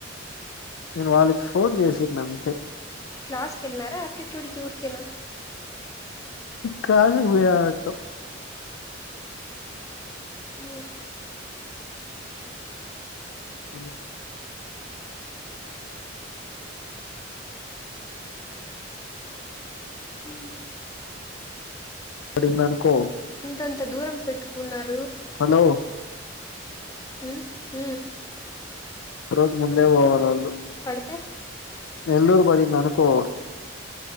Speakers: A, on the left; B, on the left.
A: నేను వాళ్ళకి ఫోన్ చేసన్నా అంతే
B: క్లాస్కిళ్ళారా ఆప్టిట్యూడ్ కి ఊర్కేనా
A: కాసుకి పోయాటం
B: ఆ
A: అ
B: ఆ
A: అప్పుడుంద అనుకో
B: ంతంత దూరం పెట్టుకున్నారు
A: హలో
B: హ హ
A: రోజు ముందే పోవాల అల్లు
B: పడితే
A: నల్లూరు బడి ననుకో.